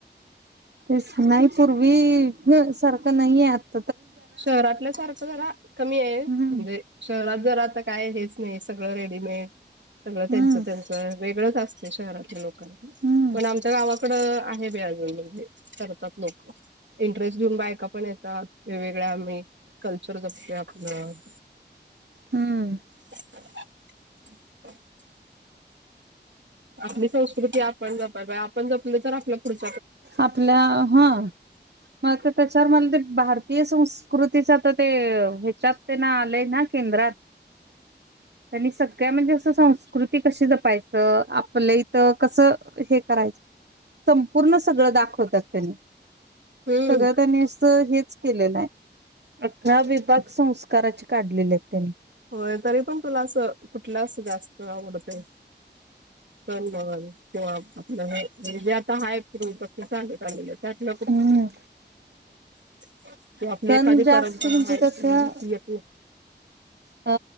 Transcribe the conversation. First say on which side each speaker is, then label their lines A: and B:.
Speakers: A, on the right (about 70°); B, on the right (about 85°).
A: तेच नाही पूर्वी सारखं नाहीये आत
B: शहरातल्यासारखं जरा कमी आहे म्हंजे
A: हम्म
B: शहरात जर आता काय हेच नाही सगळं रेडीमेड. सगळं त्यांच
A: हम्म
B: त्यांच वेगळंच असतं. शहरातले लोक
A: हम्म
B: पण आमच्या गावात थोडं आहे बाई अजून पण ते करतात लोक ड्रेस घेऊन बायका पण येतात वेगळे एक कल्चरगस्त आपल्या <inaudible>
A: हम्म
B: <unintelligible> आपली संस्कृती आपण जपाय पाहिजे आपण जपली तर आपली पुढची
A: आपल्या हां <unintelligible> तर मला ते बाहर भारतीय संस्कृतीचा तर ते ह्याच्यात तेन आलय ना केंद्रात त्यांनी सगळ्या म्हणजे असं संस्कृती कशी जपायचं आपलं इथ कसं हे करायच संपूर्ण सगळं दाखवतात त्यांनी
B: हम्म.
A: सगळं त्यांनी अस हेच केलेलं आहे अठरा विभाग संस्काराचे काढलेले आहेत त्यांनी.
B: होय तरी पण तुला अस कुठलं अस जास्त आवडतय सन म्हण किंवा आपल्या म्हनजे आता आहे फ्री ते चालतंय.
A: हम्म
B: <unintelligible> तर आपली
A: सण
B: एखादी
A: जास्त
B: परंपरा
A: म्हणजे
B: आहे
A: कसं
B: का येथे
A: अ